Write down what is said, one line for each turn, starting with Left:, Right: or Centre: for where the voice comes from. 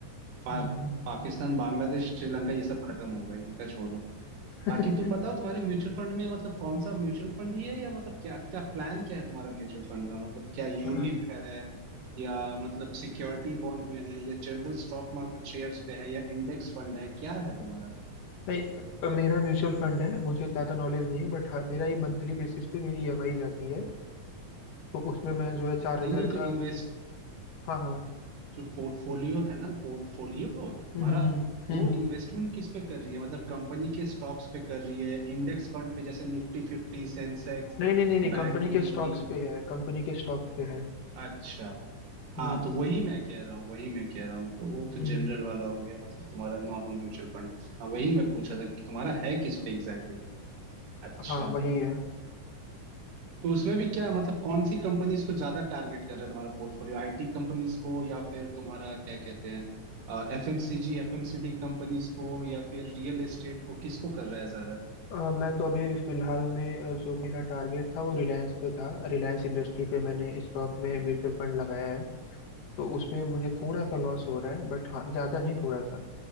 Right: पा,
Left: हम्म
Right: पाकिस्तान बांग्लादेश श्रीलंका ये सब खत्म हो गए इनका छोड़ दो
Left: <laughs>
Right: बाकी तुम बताओ तुम्हारे म्यूचुअल फंड में मतलब कौन सा म्यूचुअल फंड ही है या मतलब क्या क्या प्लान क्या है तुम्हारा म्यूचुअल फंड का मतलब क्या यूलिप
Left: अ,
Right: है या मतलब सिक्योरिटी बॉन्ड में है या जनरल स्टॉक मार्केट शेयर्स पे है या इंडेक्स फंड है क्या है तुम्हारा
Left: नहीं अ, मेरा म्यूचुअल फंड है मुझे ज़्यादा नॉलेज नहीं है बट हाँ मेरा ये मंथली बेसिस पे मेरी ईएमआई जाती है तो उसमें मैं जो है चार हजार
Right: नहीं नहीं तो
Left: का
Right: इन्वेस्ट
Left: हाँ हाँ
Right: जो पोर्टफोलियो है ना पोर्टफोलियो तुम्हारा
Left: हम्म हम्म
Right: वो
Left: हम्म हम्म।
Right: इन्वेस्टमेंट किस पे कर रही है मतलब कंपनी के स्टॉक्स पे कर रही है इंडेक्स फंड पे जैसे Nifty fifty Sensex
Left: नहीं नहीं नहीं नहीं
Right: bank
Left: कंपनी के
Right: Nifty
Left: स्टॉक्स पे है कंपनी के स्टॉक्स पे है
Right: अच्छा हाँ
Left: हम्म
Right: तो वही मैं कह रहा हूँ वही मैं कह रहा हूँ तो वो तो
Left: हम्म।
Right: जनरल वाला हो गया मतलब तुम्हारा नॉर्मल म्यूचुअल फंड हाँ वही मैं पूछा था कि तुम्हारा है किस पे एग्जैक्टली exactly? अच्छा।
Left: हाँ वही है
Right: तो उसमें भी क्या मतलब कौन सी कंपनीज को ज्यादा टारगेट कर रहा है तुम्हारा पोर्टफोलियो आईटी कंपनीज को या फिर तुम्हारा क्या कहते हैं एफएमसीजी एफएमसीडी कंपनीज को या फिर रियल एस्टेट को किसको कर रहा है ज्यादा
Left: अ, मैं तो अभी फिलहाल में अ, जो मेरा टारगेट था वो रिलायंस पे था रिलायंस इंडस्ट्री पे मैंने स्टॉक में म्यूचुअल फंड लगाया है तो उसमें मुझे थोड़ा सा लॉस हो रहा है बट हाँ ज्यादा नहीं थोड़ा सा